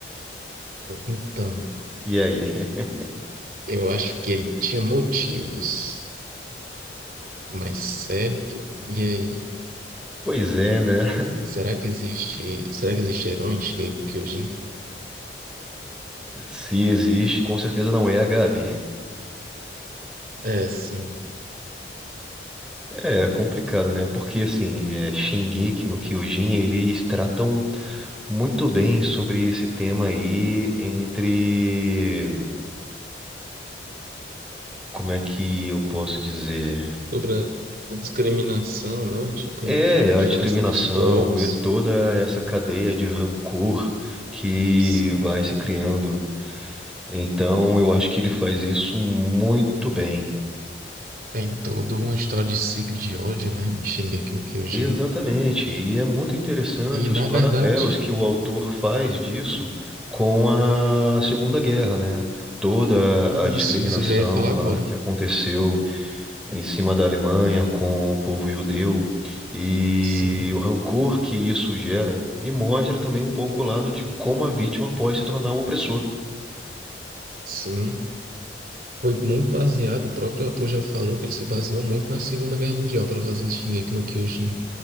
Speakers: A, on the right; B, in the centre.
A: Então,
B: E aí? <laughs>
A: eu acho que ele tinha motivos, mas certo? E aí?
B: Pois é, né?
A: Será que existe, será que existe herói em Shige- Kyojin?
B: Se existe, com certeza não é a Gabi.
A: É, sim.
B: É é complicado, né? Porque assim, é, Shingeki no Kyojin, eles tratam muito bem sobre esse tema aí entre, como é que eu posso dizer?
A: sobre a discriminação, né? Tipo,
B: É, a
A: diferença
B: discriminação
A: dos povos.
B: e toda essa cadeia de rancor que
A: Sim.
B: vai se criando. Então, eu acho que ele faz isso muito bem.
A: Tem toda uma história de ciclo de ódio, né? Em Shingeki no Kyojin.
B: Exatamente, e é muito interessante
A: E, na
B: os paralelos
A: verdade,
B: que o autor faz disso com a Segunda Guerra, né? Toda
A: isso,
B: a discriminação
A: isso eu já ia falar agora.
B: lá que aconteceu em cima da Alemanha com o povo judeu e
A: Sim,
B: o rancor que isso gera, e mostra também um pouco o lado de como a vítima pode se tornar o opressor.
A: sim. Foi muito baseado, o próprio autor já falou que ele se baseou muito na Segunda Guerra Mundial para fazer Shingeki no Kyojin.